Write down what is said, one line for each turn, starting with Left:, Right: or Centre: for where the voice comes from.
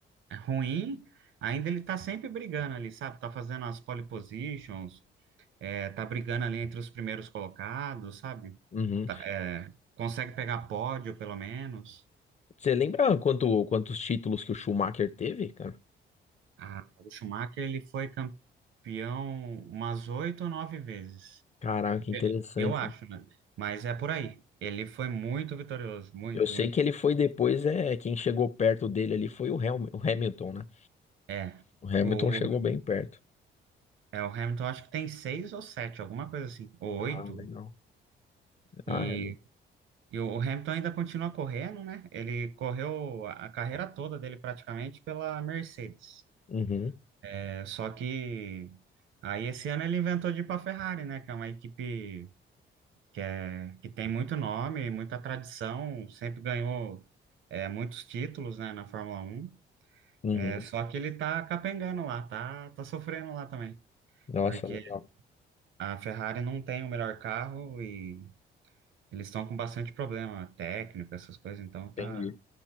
Right: é, ruim, ainda ele tá sempre brigando ali, sabe? Tá fazendo as pole positions, é, tá brigando ali entre os primeiros colocados, sabe?
Left: uhum.
Right: Tá- é, consegue pegar pódio, pelo menos.
Left: Você lembra quanto, quantos títulos que o Schumacher teve, cara?
Right: Ah, o Schumacher, ele foi campeão umas oito ou nove vezes.
Left: Caraca, que interessante.
Right: Eu eu acho, né? Mas é por aí. Ele foi muito vitorioso, muito,
Left: Eu sei
Right: muito.
Left: que ele foi depois, é, quem chegou perto dele ali foi o Helm- o Hamilton, né?
Right: É.
Left: O Hamilton
Right: O,
Left: chegou bem perto.
Right: é, o Hamilton acho que tem seis ou sete, alguma coisa assim, ou oito.
Left: Ah, legal.
Right: E,
Left: Ah, é.
Right: e o Hamilton ainda continua correndo, né? Ele correu a a carreira toda dele praticamente pela Mercedes.
Left: Uhum,
Right: É, só que aí esse ano ele inventou de ir para Ferrari, né? Que é uma equipe que, é, que tem muito nome, muita tradição, sempre ganhou é, muitos títulos, né, na Fórmula Um.
Left: uhum.
Right: É, só que ele tá capengando lá, tá, tá sofrendo lá também.
Left: Nossa,
Right: Porque
Left: legal.
Right: a Ferrari não tem o melhor carro e eles estão com bastante problema técnico, essas coisas, então
Left: Entendi.
Right: tá,